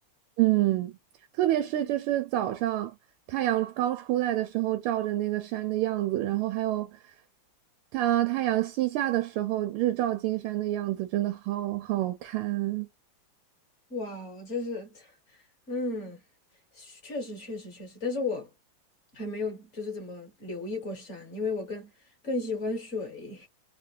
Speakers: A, on the right; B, on the left.
A: 嗯，特别是就是早上太阳刚出来的时候，照着那个山的样子，然后还有它太阳西下的时候，日照金山的样子，真的好好看。
B: 哇哦，这是，嗯，确实确实确实，但是我还没有就是怎么留意过山，因为我更更喜欢水。